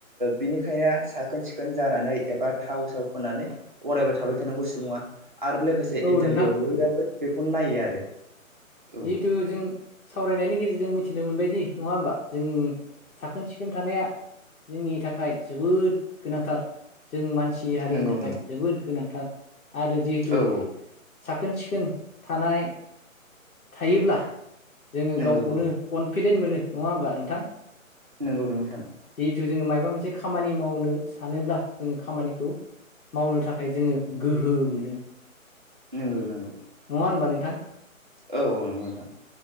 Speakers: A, on the right (about 35°); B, on the left (about 75°).
A: बिनिखायनो साखोन सिखोन जानानै। एबा थावउसाव फोननानै अरायबो थाबाय थानांगौ सुबुङा आरो लोगोसे
B: औ
A: इन्टारभिउआव
B: नोंथां
A: हाबैग्राबो। बेखौनो नायो आरो औ
B: जिहेथु जों सावरायनायनि गेजेरजों मिथिनो मोनबायदि नङा होमबा जों साखोन सिख सिखोन थानाया जोंनि थाखाय जोबोद गोनांथार जों मानसि हारिनि
A: नंगौ
B: थाखाय।
A: नंगौ
B: जोबोद गोनांथार आरो जिहेथु
A: औ औ
B: साखोन सिखोन थानाय, थायोब्ला जोङो
A: नंगौ
B: गावखौनो
A: औ
B: कनफिदेन्ट मोनो नङा होमबा नोंथां
A: नंगौ नंगौ नोंथां।
B: जिहेथु जोङो माबा मोनसे खामानि मावनो सानोब्ला जोङो खामानिखौ, मावनो थाखाय जोङो गोहो मोनो,
A: नंगौ नंगौ।
B: नङा होनबा नोंथां,
A: औ औ नंगौ नोंथां,